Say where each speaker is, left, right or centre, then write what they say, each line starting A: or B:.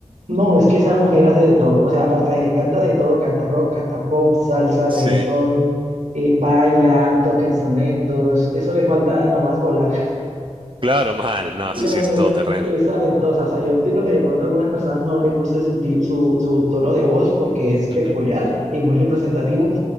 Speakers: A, on the right (about 75°); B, on the right (about 40°).
A: No, es que esa mujer hace de todo. O sea, aparte de que canta de todo, canta rock, canta pop, salsa, reggaetón,
B: Sí.
A: eh, baila, toca instrumentos. Eso le falta nomás volar.
B: Claro, mal. No,
A: La
B: sí, sí,
A: mujer
B: es todo terreno.
A: es, es talentosa, o sea, yo entiendo que de pronto a algunas personas no les guste su, ti- su, su tono de voz porque es peculiar
B: Ujú,
A: y muy representativo,